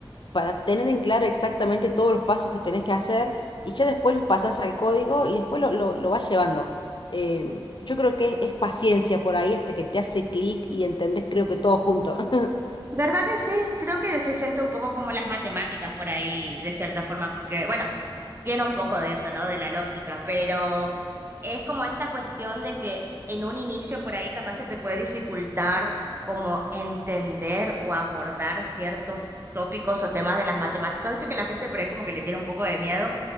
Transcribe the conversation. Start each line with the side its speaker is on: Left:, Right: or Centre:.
Left: para tener en claro exactamente todos los pasos que tenés que hacer y ya después los pasás al código y después lo, lo, lo vas llevando. Eh, yo creo que es paciencia por ahí hasta que te hace clic y entendés creo que todo junto. <laughs>
Right: ¿Verdad que sí? Creo que se siente un poco como las matemáticas por ahí, de cierta forma, porque, bueno, tiene un poco de eso, ¿no? De la lógica, pero es como esta cuestión de que en un inicio por ahí capaz se te puede dificultar como entender o abordar ciertos tópicos o temas de las matemáticas. Viste que la gente por ahí como que le tiene un poco de miedo,